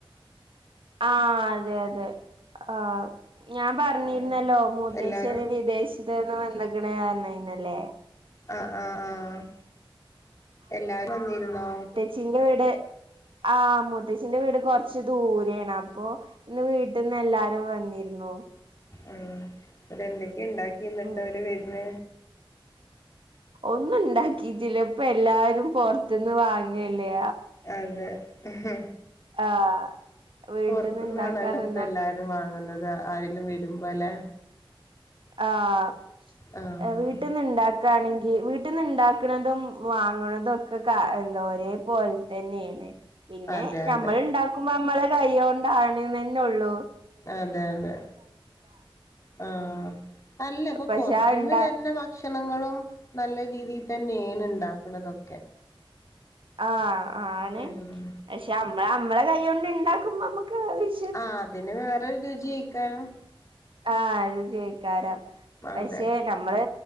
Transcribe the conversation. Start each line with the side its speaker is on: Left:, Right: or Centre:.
Right: ആഹ് അതെ അതെ ആഹ് ഞാൻ പറഞ്ഞിരുന്നല്ലോ
Left: ഉം
Right: മൂത്തേച്ചിന്
Left: എല്ലാരും
Right: വിദേശത്ത നിന്ന് വന്നെക്ക്‌നീന്ന് പറഞ്ഞിരുന്നില്ലേ
Left: ആഹ് ആഹ് ആഹ് എല്ലാരും വന്നിരുന്നോ
Right: ചിന്റ വീട് ആഹ് മൂത്തേച്ചിന്റെ വീട് കൊറച്ച് ദൂരെയാണ് അപ്പൊ ഇന്ന് വീട്ടിന്ന് എല്ലാരും വന്നിരുന്നു
Left: ആ എന്തൊക്കെയുണ്ടാക്കി എന്നിട്ട്
Right: ഉം
Left: അവര് വരുന്ന
Right: ഒന്നുണ്ടാക്കിട്ടില്ല ഇപ്പോ എല്ലാരും പുറത്തുന്ന് വാങ്ങല്ലേ
Left: അതെ മ്ഹ്
Right: ആഹ് വീട്ടിൽന്ന്
Left: പുറത്തന്നാണല്ലോ
Right: ഇണ്ടാക്കാൻ നിന്നാ
Left: ഇപ്പ എല്ലാരും വാങ്ങുന്നത് ആരെങ്കലും വരുമ്പോ അല്ലെ
Right: ആഹ്
Left: ആഹ്
Right: വീട്ടിൽന്ന് ഇണ്ടാ ക്ക ആണെങ്കിൽ വീട്ടിൽന്ന് ഉണ്ടാക്കുന്നതും വാങ്ങണതും ഒക്കെ കാ എന്താ ഓരേ പോലെ തന്നെ എ പിന്നെ
Left: അതെ
Right: നമ്മൾണ്ടാക്കുമ്പോ
Left: അതെ
Right: നമ്മളെ കൈ കൊണ്ടാണന്നന്നെള്ളു
Left: അതെ അതെ ആഹ് അല്ല ഇപ്പൊ
Right: പക്ഷെ
Left: പൊറത്തന്ന്
Right: ആ ഇണ്ടാ
Left: വരണ ഭക്ഷണങ്ങളും നല്ല രീതിയിൽ തന്നെയെണ് ഇണ്ടാക്കുണന്തൊക്കെ
Right: ആഹ് ആണ്
Left: ഉം
Right: പക്ഷെ നമ്മള നമ്മളെ കൈകൊണ്ട് ഇണ്ടാക്കുമ്പോ നമ്മുക്ക് ഇഷ്
Left: ആഹ് അതിന് വേറെ രുചിയായിക്കാണും
Right: ആഹ് രുചിയായിക്കാണും
Left: അതെ
Right: പക്ഷെ നമ്മള്